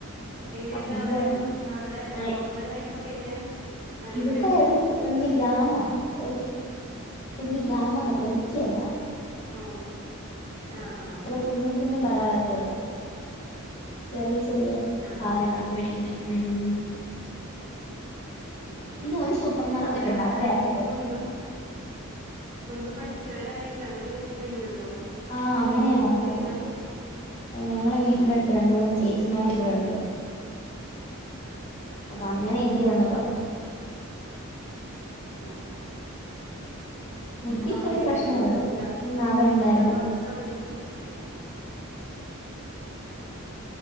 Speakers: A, on the right; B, on the left.
A: എങ്ങനെയുണ്ട്
B: അപ്പൊ
A: അവിടെ
B: ഈ വരുന്ന
A: അവിടെ
B: ആഹ്
A: പൊറത്തെ ലൈഫൊക്കെ എങ്ങനെയാ അടിപൊളിയാവോ
B: ഇവിടെ ഒരു കുഞ്ഞു ഗ്രാമവാ ഒരു കുഞ്ഞു ഗ്രാമത്താ റ്റിയല് <unintelligible>
A: ഓ ആ ആ ഓക്കെ
B: അത് കുഞ്ഞു
A: ഓക്കെ
B: കുഞ്ഞ് കടകളൊക്കെ ചെറിയ ചെറിയ
A: ആ
B: സാധനങ്ങളൊകെമേടിക്കുന്ന
A: ആ
B: ഉം
A: ഉം
B: പിന്നെ
A: ഹ
B: ഒരു സൂപ്പർ മാർക്കറ്റ്
A: അവിടെ
B: ഉണ്ട്
A: വേറാരെങ്കിലും
B: അവിടെയാ ഇപ്പൊ എല്ലാരും
A: മുൻപ്
B: പോകുന്നെ
A: മുൻപ് പഠിച്ചവരാരെങ്കിലും അങ്ങനെ ഇങ്ങ് എന്തെങ്കിലും ഉണ്ടോ
B: ആഹ്
A: കോളേജിനൊക്കെ
B: അങ്ങനെയാ വന്നത്
A: പോയിട്ട് എങ്ങനെ അറിഞ്ഞത്
B: ഞങ്ങളെ വീടിന്റെ അടുത്ത് രണ്ട മൂന്ന് ചേച്ചിമാര് ഇവിടെണ്ട് അപ്പൊ
A: ആ
B: അങ്ങനെ
A: ആ
B: ഇതിരി വന്നതാ
A: ആഹ് ഉം
B: ഫുഡിത്തെ
A: അപ്പൊ അവരുണ്ടായിരുന്നോ
B: ഒരു പ്രശ്നേ ഉള്ളൂ
A: ഇയാൾ
B: ഉം അവനുണ്ടായിരുന്നു
A: ഇയാൾ വന്ന സമയത്ത് ആഹ് ആഹ് ഉം